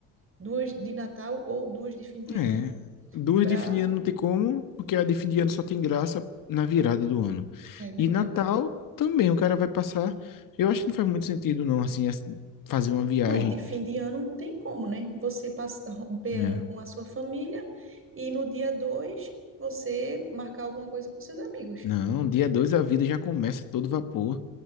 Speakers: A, on the right (about 35°); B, on the left (about 60°).
A: Duas de Natal ou duas de fim de
B: É.
A: ano,
B: Duas
A: para...
B: de fim de ano não tem como, porque a de fim de ano só tem graça na virada do ano.
A: É verdade.
B: E Natal também, o cara vai passar. Eu acho que não faz muito sentido, não, assim, as- fazer uma viagem,
A: Não, de fim de ano não tem como, né? Você passar um
B: né?
A: ano com a sua família e no dia dois você marcar alguma coisa com seus amigos.
B: Não, dia 2 a vida já começa todo vapor.